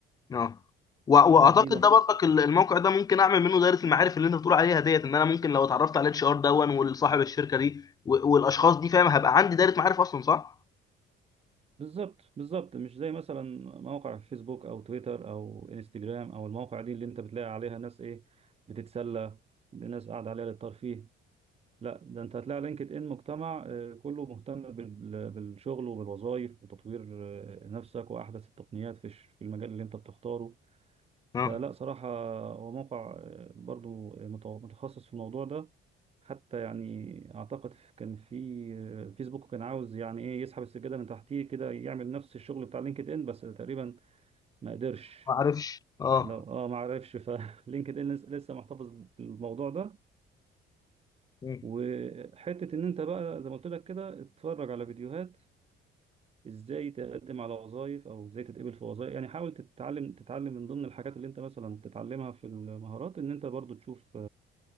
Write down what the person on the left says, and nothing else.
اه و- واعتقد
ده برضك ال- الموقع ده ممكن اعمل منه دايره المعارف اللي انت بتقول عليها ديت ان انا ممكن لو اتعرفت على الاتش ار دون والصاحب الشركه دي و- والاشخاص دي فاهم هبقى عندي دايره معارف اصلا صح؟
اه
ما اعرفش اه
مم.